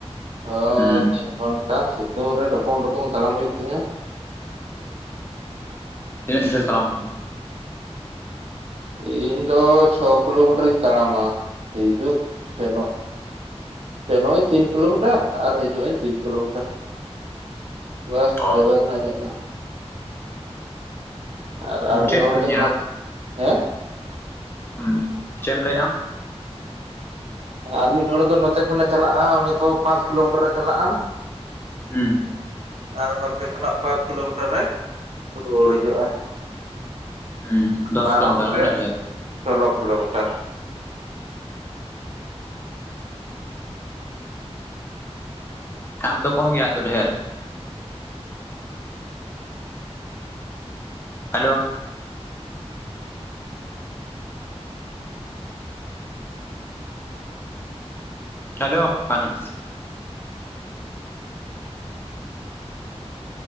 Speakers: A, on the right; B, on the left.
A: <unintelligible>
B: ᱦᱩᱸ
A: ᱜᱷᱚᱱᱴᱟ ᱥᱤᱛᱩᱝ ᱨᱮ ᱰᱚᱯᱚᱝ ᱰᱚᱯᱚᱝ ᱛᱟᱲᱟᱢ ᱦᱩᱭᱩᱜ ᱛᱤᱧᱟᱹ
B: ᱛᱤᱱᱟᱹᱜ ᱰᱷᱮᱨ ᱛᱟᱲᱟᱢ
A: ᱤᱧ ᱫᱚ ᱪᱷᱚ ᱠᱤᱞᱳᱢᱤᱴᱟᱨᱤᱧ ᱛᱟᱲᱟᱢᱟ ᱦᱤᱡᱩᱜ ᱥᱮᱱᱚᱜ ᱥᱮᱱᱚᱜ ᱟᱹᱧ ᱛᱤᱱ ᱠᱤᱞᱳᱢᱤᱴᱟᱨ ᱟᱨ ᱦᱤᱡᱩᱜ ᱟᱹᱧ ᱛᱤᱱ ᱠᱤᱞᱳᱢᱤᱴᱟᱨ ᱵᱟᱥ
B: ᱚ
A: ᱪᱟᱵᱟᱭᱮᱱᱟ ᱤᱧᱟᱜᱫᱚ ᱟᱨ ᱟᱨ ᱢᱤᱫ
B: ᱪᱮᱫ
A: ᱦᱚᱲ
B: ᱮᱢ
A: ᱫᱚ
B: ᱧᱮᱞᱟ
A: ᱦᱮᱸ
B: ᱦᱩᱸ ᱪᱮᱫ ᱮᱢ ᱞᱟᱹᱭᱟᱢ
A: ᱟᱨ ᱢᱤᱫ ᱦᱚᱲ ᱫᱚ ᱱᱚᱛᱮ ᱠᱷᱚᱱᱮ ᱪᱟᱞᱟᱜᱼᱟ ᱩᱱᱤ ᱫᱚ ᱯᱟᱸᱪ ᱠᱤᱞᱳᱢᱤᱴᱟᱨᱮ ᱪᱟᱞᱟᱜᱼᱟ
B: ᱦᱮᱸ
A: ᱟᱨ ᱦᱟᱱᱛᱮ ᱠᱷᱚᱱᱟᱜ ᱯᱟᱸᱪ ᱠᱤᱞᱳᱢᱤᱴᱟᱨ ᱨᱮ ᱨᱩᱣᱟᱹᱲ ᱦᱤᱡᱩᱜᱼᱟ᱾
B: ᱦᱩᱸ ᱫᱚᱥ
A: ᱵᱟᱨ
B: ᱠᱤᱞᱳᱢᱤᱴᱟᱨ
A: ᱦᱚᱲ ᱛᱮ
B: ᱩᱱᱟᱹᱜ ᱡᱷᱟᱞ
A: ᱥᱳᱞᱳ ᱠᱤᱞᱳᱢᱤᱴᱟᱨ
B: ᱟᱢ ᱫᱚ ᱠᱚᱢ ᱜᱮᱭᱟ ᱟᱡᱫᱚ ᱰᱷᱹᱮᱨ ᱦᱟᱞᱳ ᱪᱟᱡᱚᱜ ᱠᱟᱱᱟ